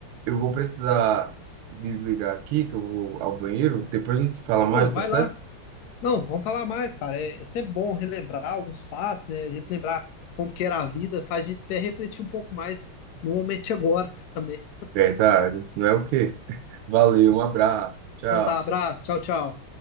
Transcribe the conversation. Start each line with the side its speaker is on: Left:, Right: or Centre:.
Right: eu vou precisar desligar aqui, que eu vou ao banheiro. Depois a gente se fala mais,
Left: Ô, vai
Right: tá certo?
Left: lá. Não, vamos falar mais, cara. É, é sempre bom relembrar alguns fatos, né? A gente lembrar como que era a vida, faz a gente até refletir um pouco mais no momento de agora também.
Right: Verdade, não é o quê? Valeu, um abraço, tchau.
Left: Então tá, abraço, tchau, tchau.